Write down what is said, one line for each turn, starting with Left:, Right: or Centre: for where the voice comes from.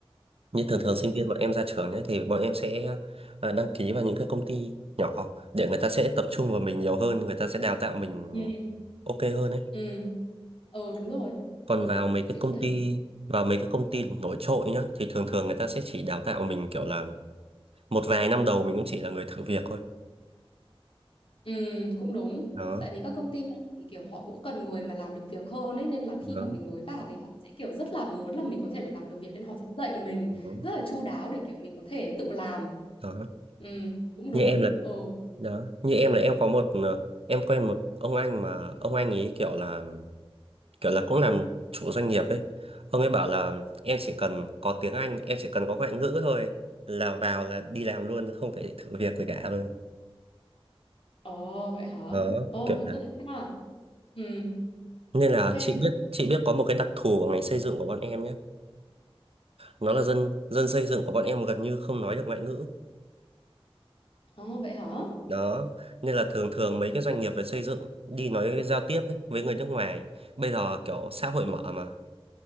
Right: Như thường thường
Left: Ừ.
Right: sinh viên bọn em ra trường nhé thì bọn em sẽ à, đăng ký vào những cái công ty nhỏ để người ta sẽ tập trung vào mình nhiều hơn, người ta sẽ đào tạo mình
Left: Ừ.
Right: ok hơn đấy
Left: Ừ. Ờ đúng rồi.
Right: Còn
Left: Ừ,
Right: vào mấy
Left: chị
Right: cái công
Left: cũng thấy
Right: ty vào mấy cái công ty nổi trội nhá thì thường thường người ta sẽ chỉ đào tạo mình kiểu là một vài năm đầu mình cũng chỉ là người thử việc thôi.
Left: Ừ, cũng đúng.
Right: Đó,
Left: Tại vì các công ty này thì kiểu họ cũng cần người mà làm được việc hơn ấy nên là khi
Right: đó,
Left: mà mình mới vào thì họ sẽ kiểu rất là muốn là mình có thể làm được việc nên họ sẽ dạy mình
Right: đó,
Left: rất là chu đáo để kiểu mình có thể tự làm.
Right: đó.
Left: Ừ, cũng đúng.
Right: Như em là
Left: Ừ.
Right: đó, như em là em có một ờ, em quen một ông anh mà ông anh ấy kiểu là kiểu là cũng làm chủ doanh nghiệp ấy ông ấy bảo là em chỉ cần có tiếng Anh em chỉ cần có ngoại ngữ thôi là vào là đi làm luôn không phải thử việc gì cả luôn
Left: Ồ vậy hả?
Right: đó
Left: Ồ
Right: kiểu
Left: vậy
Right: là
Left: cũng hay mà Ừ,
Right: nên là
Left: ok.
Right: chị biết chị biết có một cái đặc thù của ngành xây dựng của bọn em nhé nó là dân dân xây dựng của bọn em gần như không nói được ngoại ngữ
Left: Ồ vậy hả?
Right: đó nên là thường thường mấy cái doanh nghiệp về xây dựng đi nói giao tiếp ấy, với người nước ngoài bây giờ kiểu xã hội mở mà